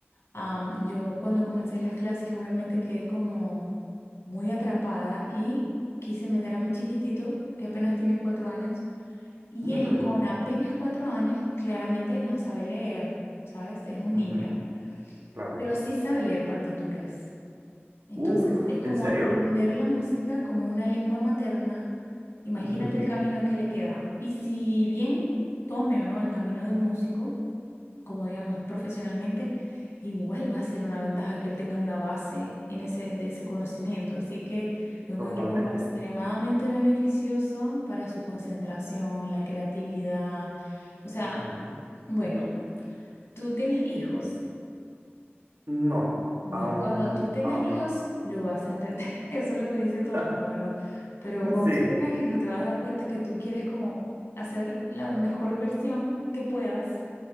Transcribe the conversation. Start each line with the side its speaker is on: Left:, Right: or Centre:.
Left: Am, yo cuando comencé las clases obviamente quedé como muy atrapada y quise meter a mi chiquitito, que apenas tiene cuatro años, y
Right: Mm,
Left: él con apenas cuatro años, claramente él no sabe leer, ¿sabes? Es un
Right: ujú,
Left: niño,
Right: claro.
Left: pero sí sabe leer partituras. Entonces
Right: Uf,
Left: es como
Right: ¿en serio?
Left: aprender la música como una lengua materna. Imagínate
Right: Ujú,
Left: el camino que le queda. Y si bien tome o no el camino de músico, como digamos profesionalmente, igual va a ser una ventaja que él tenga una base en ese, de ese conocimiento. Así que lo encuentro
Right: totalmente.
Left: como extremadamente beneficioso para su concentración, la creatividad. O sea,
Right: Ujú.
Left: bueno, tú tienes hijos.
Right: No,
Left: Bueno,
Right: aún,
Left: cuando tú tengas
Right: aún
Left: hijos,
Right: no.
Left: lo vas a entender. <laughs> Eso es lo que me dice
Right: <laughs>
Left: todo el mundo, ¿verdad? Pero cuando
Right: Sí,
Left: tú tengas hijos, te vas a dar cuenta que tú quieres como hacer la mejor versión que puedas